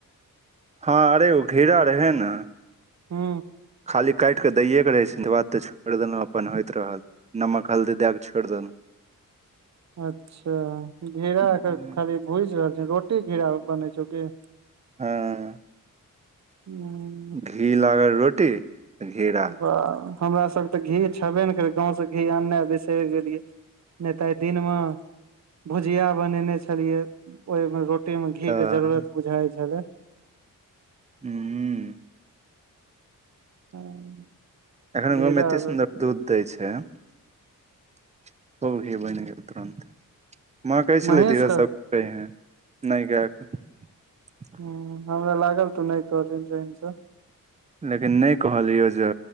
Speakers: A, on the right; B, on the right.
A: हँ अरे ओ घिरा रहै न
B: हू
A: खाली काइट कऽ दैए कऽ रहै छै तै बाद तऽ छोड़ देलो अपन होइत रहल नमक हल्दी दै कऽ छोड़ दैनु
B: अच्छा घिरा
A: देलहुँ
B: खाली भुज रहल छै रोटी घिरा बनै छै कि
A: हँ
B: <unintelligible>
A: घी लागल रोटी घेरा
B: बाह हमरा सब तऽ घी छेबे नै करै गाँव स घी अननाइ बिसैर गेलियै नै तऽ आ दिन म <inaudible> भुजिया बनेने छलियै ओइ म रोटी रोटी में घी
A: तऽ
B: कऽ जरूरत बुझाय छलै
A: <unintelligible>
B: <unintelligible>
A: एखन
B: घेरा
A: गाँव में एते
B: आर
A: सुंदर दूध देय छै <inaudible> खुब घी बैन गेल तुरन्त <inaudible> माँ कहै छलै
B: महेश
A: धीरज
B: के
A: सब <unintelligible> नै गय कऽ
B: हु हमरा लागल तू नै कहली जाइन स
A: लेकिन नै कहलियौ जे